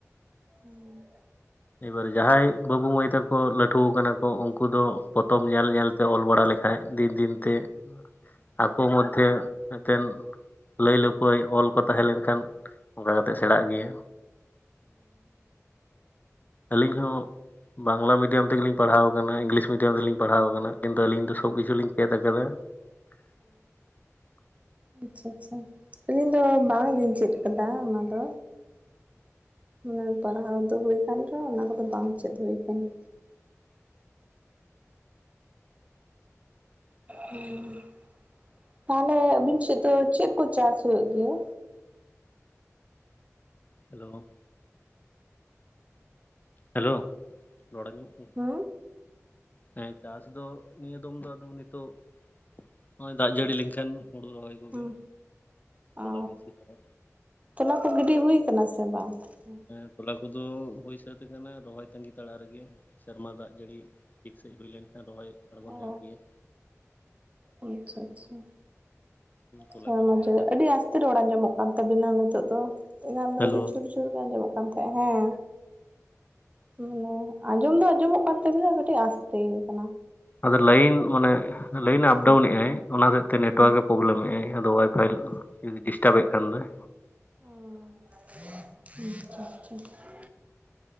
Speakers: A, on the right (about 25°); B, on the left (about 35°).
A: ᱦᱩᱸ
B: ᱮᱵᱟᱨᱮ ᱡᱟᱦᱟᱸᱭ ᱵᱟᱹᱵᱩ ᱢᱟᱹᱭ ᱛᱟᱠᱚ ᱞᱟᱹᱴᱷᱩ ᱠᱟᱱᱟ ᱠᱚ, ᱩᱱᱠᱩ ᱫᱚ ᱯᱚᱛᱚᱵ ᱧᱮᱞ ᱧᱮᱞᱛᱮ ᱚᱞ ᱵᱟᱲᱟ ᱞᱮᱠᱷᱟᱱ ᱠᱷᱟᱡ ᱫᱤᱱ ᱫᱤᱱᱛᱮ ᱟᱠᱚ ᱢᱚᱫᱽᱫᱷᱮ ᱢᱤᱫᱴᱮᱱ ᱞᱟᱹᱭ ᱞᱟᱹᱯᱟᱹᱭ ᱚᱞ ᱠᱚ ᱛᱟᱦᱮᱸ ᱞᱮᱱᱠᱷᱟᱱ ᱚᱱᱠᱟ ᱠᱟᱛᱮᱜ ᱥᱮᱬᱟᱜ ᱜᱮᱭᱟ᱾ ᱟᱹᱞᱤᱧ ᱦᱚᱸ ᱵᱟᱝᱞᱟ ᱢᱤᱰᱤᱭᱟᱢ ᱛᱮᱜᱮᱞᱤᱧ ᱯᱟᱲᱦᱟᱣ ᱠᱟᱱᱟ ᱤᱝᱞᱤᱥ ᱢᱤᱰᱤᱭᱟᱢ ᱛᱮᱞᱤᱧ ᱯᱟᱲᱦᱟᱣ ᱠᱟᱱᱟ ᱠᱤᱱᱛᱩ ᱟᱹᱞᱤᱧ ᱫᱚ ᱥᱚᱵᱽ ᱠᱤᱪᱷᱩᱞᱤᱧ ᱪᱮᱫ ᱠᱟᱫᱟ᱾ <unintelligible>
A: ᱟᱪᱪᱷᱟ ᱟᱪᱪᱷᱟ, ᱟᱹᱞᱤᱧ ᱫᱚ ᱵᱟᱝᱞᱤᱧ ᱪᱮᱫ ᱠᱟᱫᱟ ᱚᱱᱟ ᱫᱚ᱾ ᱢᱟᱱᱮ ᱯᱟᱲᱦᱟᱣ ᱫᱚ ᱦᱩᱭ ᱠᱟᱱ ᱨᱮᱦᱚᱸ ᱚᱱᱟ ᱠᱚᱫᱚ ᱵᱟᱝ ᱪᱮᱫ ᱦᱩᱭ ᱠᱟᱱᱟ᱾ ᱦᱩᱸ, ᱛᱟᱦᱚᱞᱮ ᱟᱵᱤᱱ ᱥᱮᱫ ᱫᱚ ᱪᱮᱫ ᱠᱚ ᱪᱟᱥ ᱦᱳᱭᱳᱜ ᱜᱮᱭᱟ?
B: ᱦᱮᱞᱳ, ᱦᱮᱞᱳ, ᱨᱚᱲ ᱟᱸᱡᱚᱢᱚᱜ ᱠᱟᱱᱟ?
A: ᱦᱮᱸ
B: ᱦᱮᱸ ᱪᱟᱥ ᱫᱚ ᱱᱤᱭᱟᱹ ᱫᱚᱢ ᱫᱚ ᱟᱫᱚ ᱱᱤᱛᱚᱜ ᱱᱚᱜᱼᱚᱭ ᱫᱟᱜ ᱡᱟᱹᱲᱤ ᱞᱮᱱᱠᱷᱟᱱ ᱦᱩᱲᱩ ᱨᱚᱦᱚᱭ ᱠᱚᱜᱮ,
A: ᱦᱮᱸ
B: ᱛᱚᱞᱟ
A: ᱚ
B: ᱜᱟᱹᱪᱷᱤ ᱠᱚᱨᱮ,
A: ᱛᱚᱞᱟ ᱠᱚ ᱜᱤᱰᱤ ᱦᱩᱭ ᱟᱠᱟᱱᱟ ᱥᱮ ᱵᱟᱝ ᱚᱱᱛᱮ ᱫᱚ?
B: ᱦᱮᱸ ᱛᱚᱞᱟ ᱠᱚᱫᱚ ᱦᱩᱭ ᱥᱟᱹᱛ ᱟᱠᱟᱱᱟ, ᱨᱚᱦᱚᱭ ᱛᱟᱹᱜᱤ ᱛᱟᱲᱟᱜ ᱨᱮᱜᱮ ᱥᱮᱨᱢᱟ ᱫᱟᱜ ᱡᱟᱹᱲᱤ ᱴᱷᱤᱠ ᱥᱟᱹᱦᱤᱡ ᱦᱩᱭ ᱞᱮᱱᱠᱷᱟᱱ ᱨᱚᱦᱚᱭ ᱟᱬᱜᱚᱱ
A: ᱚ
B: ᱦᱩᱭᱩᱜ ᱜᱮᱭᱟ᱾
A: ᱟᱪᱪᱷᱟ ᱟᱪᱪᱷᱟ᱾
B: ᱛᱚᱞᱟ
A: ᱥᱮ
B: ᱠᱚᱫᱚ
A: ᱢᱟᱡᱷᱮ
B: ᱦᱩᱭ ᱥᱟᱹᱛ
A: ᱟᱹᱰᱤ ᱟᱥᱛᱮ ᱨᱚᱲ ᱟᱸᱡᱚᱢᱚᱜ ᱠᱟᱱ ᱛᱟᱵᱤᱱᱟ ᱱᱤᱛᱚᱜ ᱫᱚ, ᱮᱱᱟᱱ ᱫᱚ
B: ᱦᱮᱞᱳ
A: ᱟᱹᱰᱤ ᱡᱩᱨ ᱡᱩᱨ ᱡᱩᱨ ᱜᱮ ᱟᱸᱡᱚᱢᱚᱜ ᱠᱟᱱ ᱛᱟᱦᱮᱸᱜ ᱦᱮᱸ, ᱢᱟᱱᱮ ᱟᱸᱡᱚᱢ ᱫᱚ ᱟᱸᱡᱚᱢᱚᱜ ᱠᱟᱱ ᱛᱟᱹᱵᱤᱱᱟ ᱠᱟᱹᱴᱤᱡ ᱟᱥᱛᱮ ᱠᱟᱱᱟ᱾
B: ᱟᱫᱚ ᱞᱟᱭᱤᱱ ᱢᱟᱱᱮ ᱞᱟᱭᱤᱱ ᱟᱯᱰᱟᱣᱩ
A: ᱦᱩᱸ
B: ᱱᱮᱜᱼᱟᱭ ᱚᱱᱟ ᱦᱚᱛᱮᱡ ᱛᱮ ᱱᱮᱴᱚᱣᱟᱨᱠ
A: ᱦᱩᱸ
B: ᱮ ᱯᱨᱚᱵᱞᱮᱢ ᱮᱫᱟᱭ, ᱟᱫᱚ ᱚᱣᱟᱭ-ᱯᱷᱟᱭ
A: ᱦᱩᱸ
B: ᱡᱩᱫᱤ ᱰᱤᱥᱴᱟᱵ ᱮᱫ ᱠᱷᱟᱱ ᱫᱚᱭ
A: <inaudible>